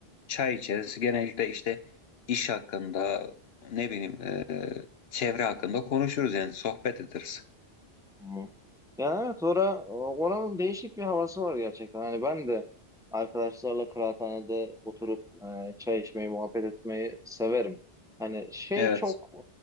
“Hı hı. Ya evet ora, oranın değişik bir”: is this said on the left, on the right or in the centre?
Centre